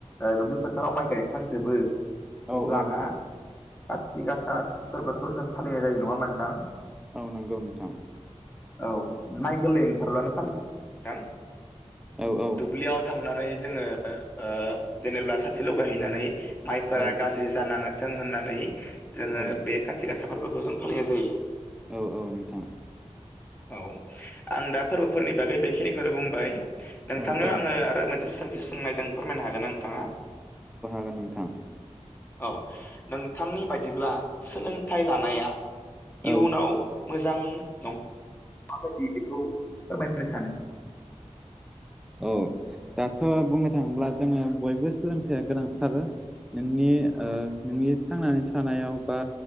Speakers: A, on the left; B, in the centre.
A: दुब्लि फोथाराव माइ गायखांजोबो
B: औ
A: अब्लाना
B: औ
A: काति गासा फोरबोखौ जों फालिनाय जायो नङा होनबा नोंथां।
B: नंगौ औ नोंथां
A: औ माइ गोरलै ओंखारब्लानो <unintelligible> नोंथां।
B: औ औ
A: दुब्लियाव थांनानै जोङो ओ जेनेबा साथि लगायहैनानै माइफोरा
B: औ
A: गाज्रि जानाङाथों होननानै जोङो
B: औ
A: बे कथि गासा फोरबोखौ जों फालिनाय जायो
B: औ औ नोंथां।
A: औ आं दा फोरबोफोरनि बागै बेखिनिखौनो बुंबाय। नोंथांनो
B: औ औ
A: आङो आरो मोनसे सोंथि सोंलनायदों फोरमायनो हागोन ना नोंथांङा
B: नंगौ नोंथां
A: औ नोंथांनि बायदिब्ला सोलोंथाइ लानाया इयुनाव
B: औ
A: मोजां नंङा माबायदि बेखौ फोरमायहरनो सानो
B: औ दाथ' बुंनो थांङोब्ला जोंङो बयबो सोलोंथाइया गोनांथार नोंनि नोंनि
A: औ
B: थांनानै थानायाव बा